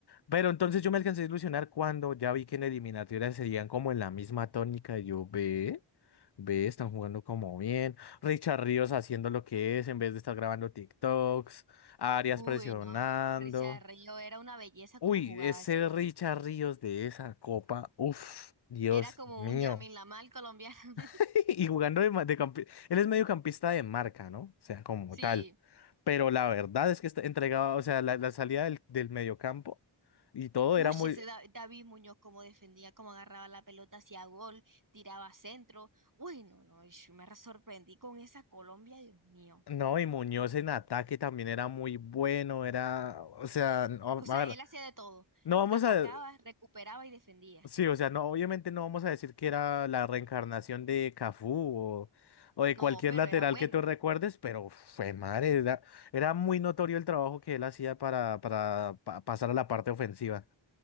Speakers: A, on the left (about 55°); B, on the right (about 40°).
A: Pero entonces yo me alcancé a ilusionar cuando ya vi que en eliminatorias serían como en la misma tónica. y Yo ve, ve, están jugando como bien. Richard Ríos haciendo lo que es en vez de estar grabando TikToks. Arias
B: Uy,
A: presionando.
B: no. Richard Río era una belleza
A: Uy,
B: como jugaba
A: ese
B: ese man.
A: Richard Ríos de esa copa. Uf, Dios
B: Era como
A: mío.
B: un Lamar colombiano. <laughs>
A: <laughs> Y jugando de, ma- de campi- Él es mediocampista de marca, ¿no? O sea, como
B: Sí.
A: tal. Pero la verdad es que está entregaba, o sea, la, la salida del, del mediocampo y todo
B: Uy,
A: era muy.
B: ese Da- David Muñoz como defendía, como agarraba la pelota hacía gol, tiraba centro. Uy, no, no, ish, me sorprendí con esa Colombia, Dios mío.
A: No, y Muñoz en ataque también era muy bueno, era, o sea, no,
B: O sea,
A: a ver,
B: él hacía de todo.
A: no vamos
B: Atacaba,
A: a,
B: recuperaba y defendía.
A: sí, o sea, no, obviamente no vamos a decir que era la reencarnación de Cafú o, o
B: No,
A: de cualquier
B: pero
A: lateral
B: era bueno.
A: que tú recuerdes, pero fue madre, era, era muy notorio el trabajo que él hacía para, para pa- pasar a la parte ofensiva.